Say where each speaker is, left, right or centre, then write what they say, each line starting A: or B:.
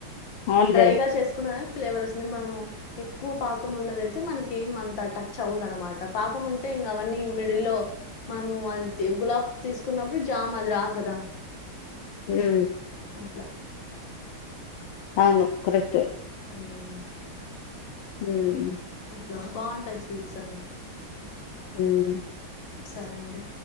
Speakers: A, on the left (about 80°); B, on the left (about 65°).
A: అవునులే.
B: డ్రైగా చేసుకున్నా ఫ్లేవర్ వస్తుంది మనము ఎక్కువ పాకము ఉన్నదయితే మనకి ఏం అంత టచ్ అవదు అనమాట పాకం ఉంటే ఇంకా అవన్నీ మిడిల్ లో మనము అది గులాబ్ తీసుకున్నప్పుడు చామ్ రావ కదా
A: హమ్
B: అట్లా
A: అవును కరెక్ట్
B: హ్మ్.
A: ఉమ్
B: ఇట్లా బాగుంటాయి స్వీట్స్ అన్ని
A: హల్లో
B: సరే అండి